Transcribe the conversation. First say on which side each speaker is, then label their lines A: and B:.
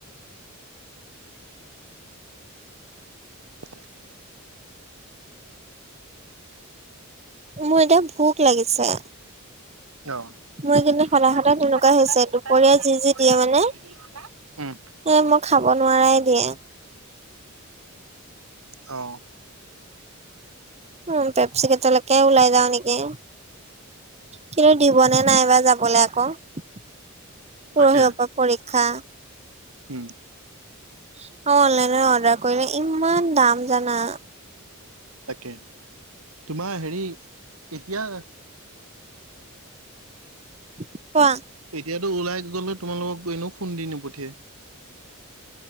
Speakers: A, on the right (about 80°); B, on the right (about 30°).
A: <inaudible>
B: মোৰ এতিয়া ভোক লাগিছে।
A: অহ',
B: মোৰ এইকেইদিন
A: <unintelligible>
B: সদায় সদায় তেনেকুৱা হৈছে দুপৰীয়া যি যি দিয়ে মানে
A: উম,
B: এ মই খাব নোৱাৰাই দিয়ে।
A: অ',
B: উম, পেপছিগেতলেকে উলাই যাওঁ নেকি? কিন্তু দিবনে নাইবা যাবলেই আকৌ পৰহিয়ৰ
A: তাকে
B: পা পৰীক্ষা।
A: উম,
B: অ, অনলাইনে অৰ্ডাৰ কৰিলে ইমান দাম জানা।
A: তাকে তোমাৰ হেৰি এতিয়া
B: কোৱা?
A: এতিয়াতো ওলাই গ'লে তোমালোককতো এনেও ফোন দি নপঠিয়াই।